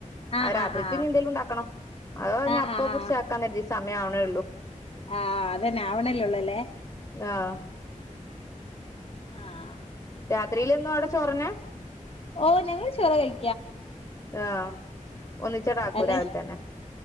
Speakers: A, on the left; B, on the left.
A: ആഹ്
B: ആ രാത്രിക്ക്
A: ആഹ് ആഹ്
B: ഇനി എന്തേലും ഉണ്ടാക്കണം അതോഞ്ഞപ്പ
A: ആഹ് ആഹ് ആഹ്
B: പുടിച്ചാക്കാന്നര്തി സമയാവ്ണേള്ളൂ.
A: ആഹ് അതന്നെ ആവണല്ലേള്ളു അല്ലേ
B: ആഹ്
A: ആഹ്
B: രാത്രിയില്ന്നും അവടെ ചോറെന്നെ
A: ഓ ഞങ്ങള് ചൊറ് കഴി
B: ആഹ് ഒന്നിച്ചടാക്കൂ
A: അല്ലെ
B: രാവിലെ തന്നെ